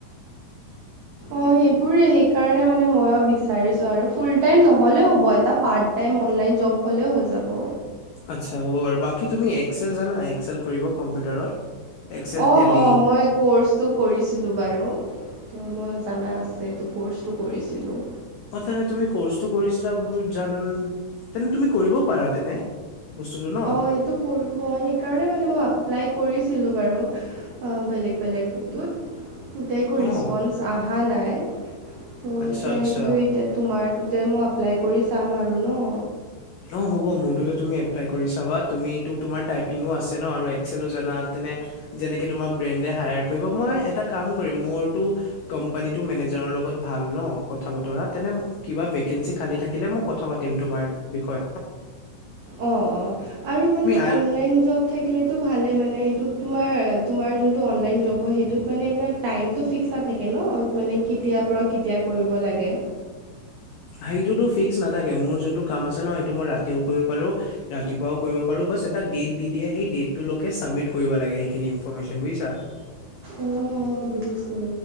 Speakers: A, on the left (about 85°); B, on the right (about 85°).
A: <unintelligible>
B: অ সেইটোৱে সেইকাৰণে মানে মই বিচাৰিছো আৰু ফুল টাইম নহলে হব। এটা পাৰ্ট টাইম <unintelligible> অনলাইন জব হ'লেও হৈ যাব।
A: আচ্ছা হ'ব বাৰু। বাকী তুমি এক্সেল জানা, এক্সেল কৰিব কম্পিউটাৰত? এক্সেল
B: অঁ,
A: টেলি
B: অঁ, মই ক'ৰ্চটো কৰিছিলোঁ বাৰু। ত 'মই জানা আছে এইটো ক'ৰ্চটো কৰিছিলোঁ।
A: অ, তেনে তুমি কৰ্চটো কৰিছিলা জান তেনে তুমি কৰিব পাৰা তেনে। বস্তুটো ন
B: অ, সেইটো অ, সেইকাৰে ম মই কৰিছিলো বাৰু। বেলেগ, বেলেগ সেইেতত এতিই একো ৰিচপন্ঞ্চ
A: অ
B: অহা নাই। <unintelligible> ত'
A: আচ্ছা
B: এতিয়া
A: আচ্ছা
B: সেইটোৱে এতিয়া তোমাৰটোতে মই এপ্লাই কৰি চাম আৰু ন?
A: অ' হ'ব মোৰটো তুমি এপ্লাই কৰি চাবা তুমাৰ আছে ন? <unintelligible> তেনে যেনকে তোমাৰ ফ্ৰিয়েণ্ডে হাইয়াৰ কৰিব মই এটা কাম কৰিম মোৰ কোম্পানী টো <unintelligible> মেনেজাৰৰ লগত ভাল ন, কথা বতৰা তেনে কিবা ভেকেঞ্চি খালি থাকিলে মই কথা পাতিম তোমাৰ। বিষয়।
B: অ, অ আৰু মানে
A: আ
B: অনলাইন জব থাকিলেতো ভালে মানে সটো তোমাৰ তোমাৰ যোনটো অনলাইন জব হয় সেইটোত মানে এ টাইমটো ফিক্স নাথাকে ন মানে কেতিয়াৰ পৰা কেতিয়া কৰিব লাগে।
A: সেইটোতো ফিক্স নাথাকে। মোৰ যোনটো কাম আছে ন সেইটো মই ৰাতিও কৰিব পাৰো ৰাতিপুৱাও কৰিব পাৰো <unintelligible> ব এটা ডেট দি দিয়ে, সেই ডেটটোে চাবমিট কৰিব লাগে সেইখিনি ইনফৰমেচন বুজিছা। <unintelligible>
B: অ' বুজিছো